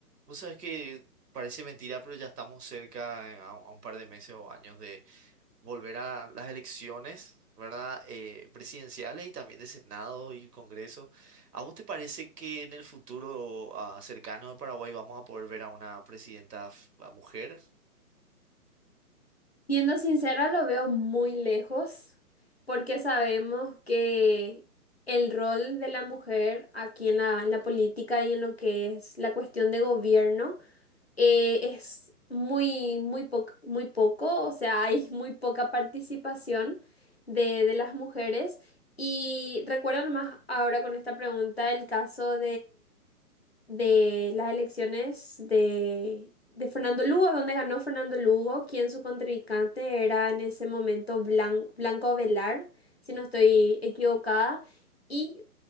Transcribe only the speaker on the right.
Vos sabés que parece mentira, pero ya estamos cerca eh, a, a un par de meses o años de volver a las elecciones, ¿verdad? Eh, presidenciales y también de Senado y Congreso. ¿A vos te parece que en el futuro ah, cercano de Paraguay vamos a poder ver a una presidenta f- a mujer?